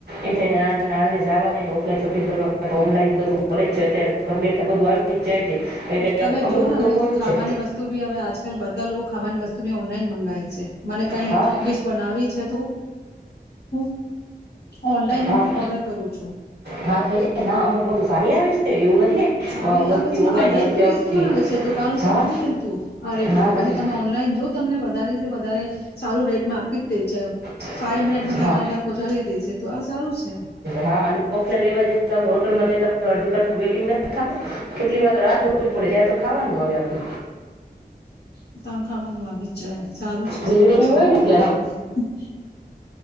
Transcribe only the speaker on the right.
એમ થાય ના એને જવા દે ને ઓફલાઈન શોપિંગ કરવા ઓનલાઈન બધું મળે જ છે અત્યારે ઘર બેઠા બધું આવીજ જાય છે. એટલે
અમુક
લોકો
એવું
છે
હા
હા
હા થાય છે ના અમુક બધું સારી આવે છે એવું નથી કે
અ, બધી
ઓનલાઈન
નથી
આવતી
હા
હા
નથી
હા
હા
હા <unintelligible> લેવા જ હોટલમાં જ. <inaudible> વેટિંગ નથ થતું. કેટલી વાર રાહ જોવી પડે ત્યાં તો ખાવાનું આવે આપડુ.
ભીડ
એટલી
હોય
ને ત્યારે